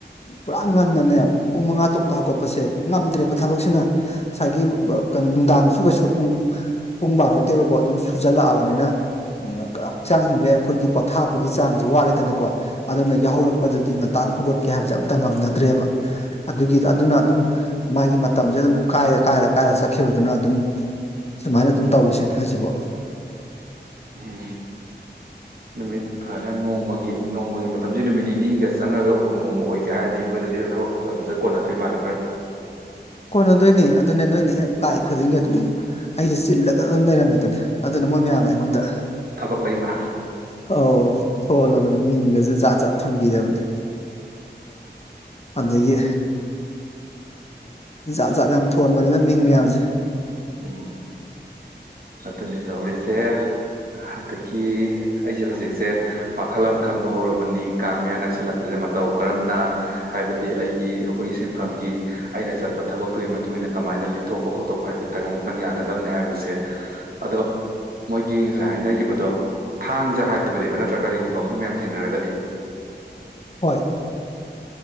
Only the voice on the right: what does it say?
ꯎꯝ ꯅꯨꯃꯤꯠ ꯐꯥꯅ ꯅꯣꯡꯃꯒꯤ ꯅꯣꯡꯃꯒꯤ ꯃꯇꯝꯁꯤ ꯅꯨꯃꯤꯠ ꯅꯤꯅꯤꯒ ꯆꯪꯉꯒ ꯅꯣꯡꯃ ꯑꯣꯏꯒꯦ ꯍꯥꯏꯔꯗꯤ ꯅꯣꯏꯗꯗꯤ ꯊꯕꯛ ꯑꯗꯨꯗ ꯀꯣꯟꯅꯗꯣꯏ ꯃꯥꯜꯂꯦ ꯈꯔ
ꯊꯕꯛ ꯂꯩꯃꯥ
ꯎꯝ ꯑꯗꯨꯅꯤ ꯇꯧꯔꯤꯁꯦ ꯍꯟꯗꯛꯀꯤ ꯑꯩꯁꯦ ꯍꯧꯖꯤꯛꯁꯦ ꯋꯥꯈꯜ ꯑꯃ ꯈꯟꯕ ꯍꯧꯔꯕꯅꯤ ꯀꯥꯡ ꯃꯌꯥ ꯅꯛꯁꯜꯂꯛꯄꯁꯦ ꯃꯇꯧ ꯀꯔꯝꯅ ꯍꯥꯏꯕꯗꯤ ꯑꯩꯒꯤ ꯑꯩꯈꯣꯏꯒꯤ ꯁꯤꯟꯐꯝꯒꯤ ꯑꯩꯅ ꯆꯠꯄ ꯊꯕꯛꯇꯨꯒꯤ ꯃꯇꯨꯡ ꯏꯟꯅ ꯀꯃꯥꯏꯅ ꯂꯤꯊꯣꯛꯄ ꯈꯣꯠꯇꯣꯛꯄ ꯍꯥꯏꯕ ꯇꯥꯒꯨꯝꯃꯨꯛꯇꯪ ꯌꯥꯒꯗꯝꯕꯅꯦ ꯍꯥꯏꯕꯁꯦ ꯑꯗꯣ ꯃꯣꯏꯒꯤ ꯉꯁꯥꯏ ꯍꯥꯏꯅꯈꯤꯕꯗꯣ ꯊꯥꯡꯖꯥ ꯍꯥꯏꯕꯅꯦꯕ ꯅꯠꯇ꯭ꯔꯥ ꯀꯔꯤꯒꯨꯝꯕ ꯑꯩꯈꯣꯏ ꯃꯌꯥꯝ ꯊꯦꯡꯅꯔꯒꯗꯤ